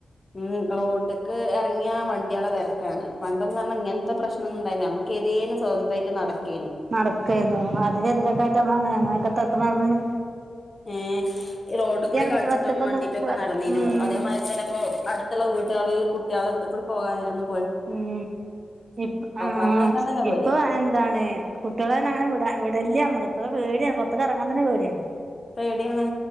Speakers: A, on the left (about 25°); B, on the right (about 45°).
A: ഉം റോട്ട്ക്ക് <unintelligible> എറങ്ങിയ വണ്ടിയളെ തെരക്കാണ്. പണ്ടന്ന് പറഞ്ഞാ ഇങ്ങനത്തെ പ്രശ്നൊന്നുണ്ടായില്ല അമുക്ക് ഏതേലും സ്വതന്ത്രായിട്ട് നടക്കേനു
B: നടക്കെരുന്നു അതിന് <unintelligible> എത്ര നടന്നേനു
A: ഏ റോഡ് കൂടി കളിച്ചിട്ടും
B: കുട്ടികളെ ഒറ്റക്കൊന്നും
A: വണ്ടിട്ടൊക്കെ നടന്നീനു
B: ഉം
A: അതേമാതിരി തന്നെപ്പൊ അടുത്തുള്ള വീട്ട്കളില് കുട്ടികളെടുത്തുക്കൂടി പോകായിരുന്നു
B: ഉം ഉം ഇപ് ആഹ്
A: പറഞ്ഞയക്കാൻ
B: ആഹ്
A: തന്നെ പേടിയാ
B: ഇപ്പൊ എന്താണ് കുട്ടികളെന്നങ്ങനെ വിടാ ഇവിടെല്ല്യ മ്മടിപ്പ്റ പേടിയാ. പൊറത്ത്ക്കെറങ്ങാൻ തന്നെ പേടിയാണ്
A: ഇപ്പെവ്ടെയാണ്